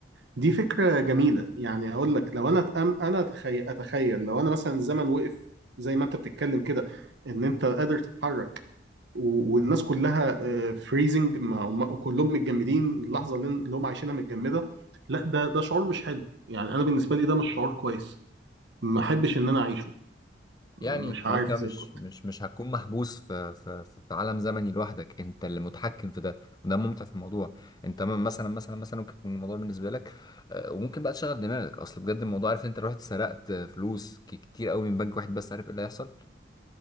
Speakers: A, on the right; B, on the left.
A: دي فكرة جميلة يعني هقول لك لو أنا أتأم أنا أتخيل أتخيل لو أنا مثلا الزمن وقف زي ما أنت بتتكلم كده إن أنت قادر تتحرك و- والناس كلها فريزنج وكلهم متجمدين اللحظة اللي اللي هم عايشينها متجمدة لا ده ده شعور مش حلو يعني أنا بالنسبة لي ده مش شعور كويس ما احبش ان انا اعيشه مش
B: يعني
A: عارف
B: هو انت مش
A: زي كنت
B: مش مش هتكون محبوس في في في في عالم زمني لوحدك انت اللي متحكم في ده وده الممتع في الموضوع انت م- مثلا مثلا مثلا ممكن يكون الموضوع بالنسبه لك آه، وممكن بقى تشغل دماغك اصل بجد الموضوع عارف انت لو رحت سرقت فلوس ك- كتير قوي من بنك واحد بس عارف ايه اللي هيحصل